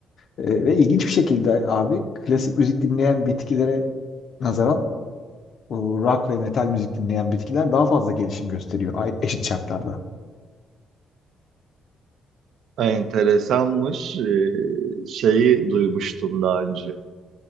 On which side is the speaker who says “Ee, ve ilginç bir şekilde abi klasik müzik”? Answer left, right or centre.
Left